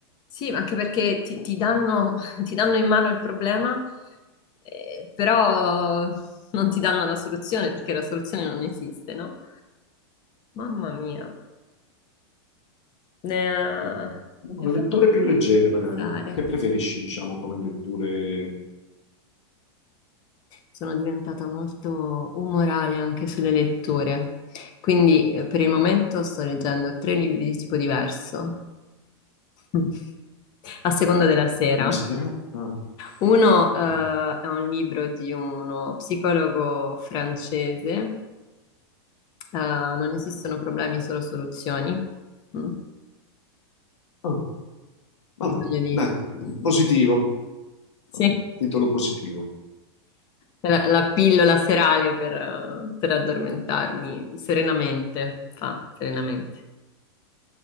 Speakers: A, on the left (about 30°); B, on the left (about 85°).
A: Sì, anche perché ti, ti danno, <laughs> ti danno in mano il problema, eh, però non ti danno la soluzione perché la soluzione non esiste, no? Mamma mia, ne ha-
B: Mm, no,
A: mi ha
B: letture
A: fatto
B: più leggere,
A: pensare.
B: magari. Che preferisci, diciamo, come letture...
A: sono diventata molto umorale anche sulle letture. Quindi eh, per il momento sto leggendo tre libri di tipo diverso, <laughs> a seconda della sera.
B: Come si chiama? Ah.
A: Uno,
B: <laughs>
A: eh, è un libro di uno psicologo francese, eh, Non esistono problemi, solo soluzioni. Mm.
B: Oh, vabbè,
A: Bisogna di...
B: dai,
A: <laughs>
B: positivo.
A: Sì.
B: Oh, Titolo positivo.
A: La, la pillola serale per, per addormentarmi serenamente, fa serenamente.